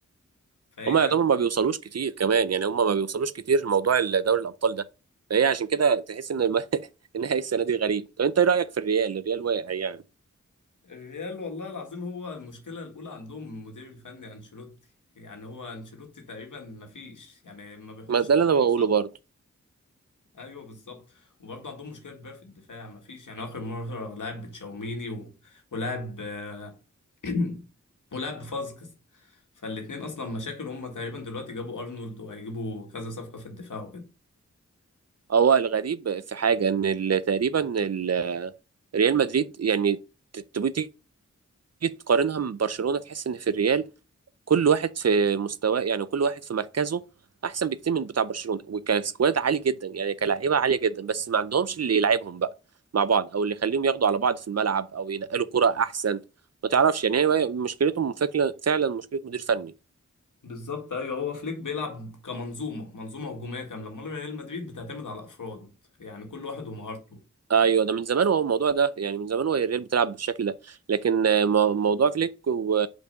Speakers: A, on the left; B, on the right.
A: فهي
B: هما يعتبر ما بيوصلوش كتير كمان يعني هما ما بيوصلوش كتير لموضوع دوري الابطال ده فهي عشان كده تحس ان الم... <laughs> النهائي السنه دي غريب طب انت ايه رايك في الريال الريال واقع يعني
A: الريال والله العظيم هو المشكلة الاولى عندهم المدير الفني انشيلوتي يعني هو انشيلوتي تقريبا ما فيش يعني ما بيحطش
B: ما ده
A: تشكيلة
B: اللي انا بقوله
A: صح
B: برضه
A: ايوه بالظبط وبرضه عندهم مشكله كبيره في الدفاع مفيش يعني اخر مره لعب بتشاوميني و... ولعب آه، <clears throat> ولعب بفازكس فالاتنين اصلا مشاكل هم تقريبا دلوقتي جابوا ارنولد وهيجيبوا كذا صفقه في الدفاع وكده
B: هو الغريب في حاجه ان ال- تقريبا ال- ريال مدريد يعني ت- تبقى تيجي تقارنها من برشلونه تحس ان في الريال كل واحد في مستواه يعني كل واحد في مركزه احسن بكتير من بتاع برشلونه وكسكواد عالي جدا يعني كلاعيبه عاليه جدا بس ما عندهمش اللي يلعبهم بقى مع بعض او اللي يخليهم ياخدوا على بعض في الملعب او ينقلوا كرة احسن ما تعرفش يعني هي مشكلتهم فكرة- فعلا مشكله مدير فني
A: بالظبط ايوه هو فليك بيلعب كمنظومه منظومه هجوميه كامله امال ريال مدريد بتعتمد على افراد يعني كل واحد ومهارته
B: ايوه ده من زمان هو الموضوع ده يعني من زمان هو الريال بتلعب بالشكل ده لكن آه، مو- موضوع فليك و...